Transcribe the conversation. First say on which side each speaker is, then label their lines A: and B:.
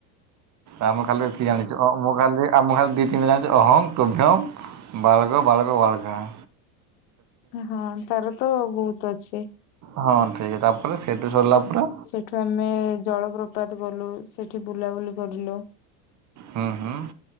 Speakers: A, on the right (about 35°); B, on the left (about 80°).
A: ଆମ ଖାଲି ଜାଣିଛୁ, ମୁଁ ଖାଲି, ଆମ ଖାଲି ଦି ତିନି ଜାଣିଛି ଅହମ ତୁଭ୍ୟମ ବାଲଗ ବାଳକ ବାଳକାହା
B: ହଁ ତାର ତ ବହୁତ ଅଛି।
A: ହଁ ଠିକେ ତାପରେ ସେଇଠୁ ସରିଲା ପରେ
B: ଏଠୁ ଆମେ ଜଳପ୍ରପାତ ଗଲୁ, ସେଠି ବୁଲାବୁଲି କରିଲୁ
A: ହୁଁ ହୁଁ